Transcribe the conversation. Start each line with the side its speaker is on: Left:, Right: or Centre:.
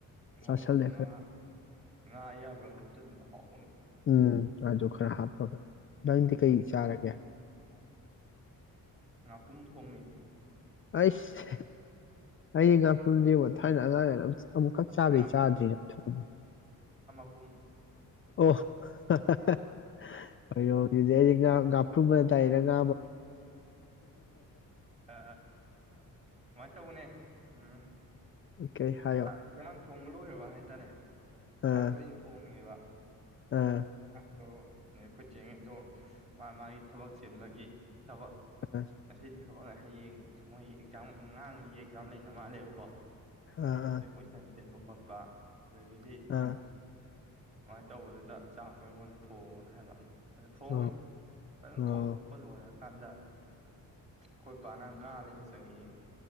Left: ꯆꯥꯥꯁꯜꯂꯦ
Right: ꯑꯣ ꯉꯥ
Left: ꯈꯔ꯫
Right: ꯉꯥ ꯑꯌꯥꯕꯒ ꯍꯥꯞꯆꯤꯟꯕꯗ ꯍꯥꯎ
Left: ꯎꯝ ꯑꯗꯨ ꯈꯔ ꯍꯥꯞ <inaudible> ꯅꯪꯗꯤ
Right: ꯎꯝ
Left: ꯀꯩ ꯆꯥꯔꯒꯦ?
Right: ꯄꯨꯝ ꯊꯣꯡꯉꯦ
Left: ꯑꯩꯁ ꯑꯩꯗꯤ ꯉꯥꯄꯨꯝꯖꯦꯉꫭ ꯊꯥꯏꯅ ꯑꯉꯥꯡ ꯑꯣꯢꯉꯥꯢꯅ ꯑꯝ ꯑꯃꯨꯛꯈꯛ ꯆꯥꯕꯗꯩ
Right: ꯉꯥ
Left: ꯆꯥꯗ꯭ꯔꯤꯅ <inaudible>
Right: ꯄꯨꯝ
Left: ꯑꯣ ꯍꫭꯏꯔꫭꯡ ꯖꯤꯗꯤ ꯑꯩꯗꯤ ꯉꯥ ꯉꯥꯄ꯭ꯔꯨꯝꯑꯅ ꯂꯩꯔꯒ
Right: ꯑ ꯁꯨꯃꯥꯏꯅ ꯇꯧꯕꯅꯦ ꯎꯝ
Left: ꯀꯩ ꯍꯥꯏꯌꯣ
Right: ꯏꯟꯁꯥꯡ ꯊꯣꯡꯕ ꯂꯣꯏꯔꯕ ꯍꯥꯏꯇꯥꯔꯦ ꯆꯥꯛꯇ
Left: ꯑꯥ
Right: ꯑꯩꯅ ꯊꯣꯡꯉꯦꯕ
Left: ꯑꯥ
Right: ꯑꯗꯣ ꯑꯩꯈꯣꯏ ꯆꯩ ꯉꯩꯖꯨ ꯃꯥ ꯃꯥꯒꯤ ꯊꯕꯛ ꯆꯤꯟꯕꯒꯤ ꯊꯕꯛ
Left: ꯑꯥ
Right: ꯑꯁꯤꯗ ꯊꯕꯛ ꯍꯌꯦꯡ ꯃꯣꯏ ꯑꯦꯛꯖꯥꯝ ꯑꯉꯥꯡꯉꯩꯒꯤ ꯑꯦꯛꯖꯥꯝ ꯂꯩꯅ ꯃꯥꯜꯂꯦꯕꯀꯣ
Left: ꯑꯥ
Right: ꯑꯗꯨꯏ ꯀꯣꯏꯁꯟ ꯁꯦꯝꯕ ꯈꯣꯠꯄ ꯑꯗꯨꯗꯒꯤꯗꯤ
Left: ꯑꯥ
Right: ꯑ
Left: ꯑꯥ
Right: ꯁꯨꯃꯥꯏꯅ ꯇꯧꯕꯗꯨꯗ ꯆꯥꯛꯇꯣ ꯑꯩꯉꯣꯟꯗ ꯊꯣꯡꯑꯣꯅ ꯍꯥꯏꯕ ꯑꯗ ꯊꯣꯡꯉꯦ
Left: ꯑꯣ
Right: ꯐꯖꯅ
Left: ꯑꯣ
Right: ꯊꯣꯡꯗꯣꯛꯄ ꯂꯣꯏꯔ ꯀꯥꯟꯗ ꯑꯩꯈꯣꯏ ꯏꯄꯥꯅ ꯉꯥ ꯂꯩꯔ ꯆꯪꯉꯛꯑꯦ